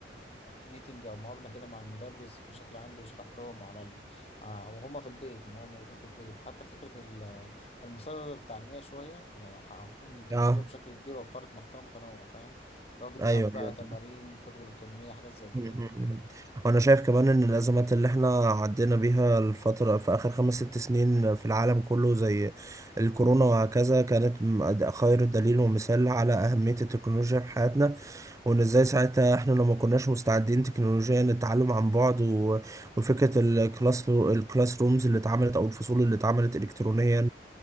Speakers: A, on the left; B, on the right.
A: ميتنج او مقابله كده مع المدرس بشكل عام بيشرح لهم على ال... آه، وهم في البيت ما هم موجودين في البيت حتى فكره المصادر التعليمية شوية يعني أعتقد إن التكنولوجيا
B: اه
A: بشكل كبير وفرت محتوى متنوع فاهم لو فيديوهات
B: ايوه
A: بقى
B: ايوه
A: تمارين كتب إلكترونية حاجات زي كده
B: مم.
A: يعني
B: وانا شايف كمان ان الازمات اللي احنا عدينا بيها الفتره في اخر خمس ست سنين في العالم كله زي الكورونا وهكذا كانت م- أد- خير دليل ومثال على اهميه التكنولوجيا في حياتنا وان ازاي ساعتها احنا لو ما كناش مستعدين تكنولوجيا للتعلم عن بعد و- وفكرة الكلاس الكلاس رومز اللي اتعملت او الفصول اللي اتعملت الكترونيا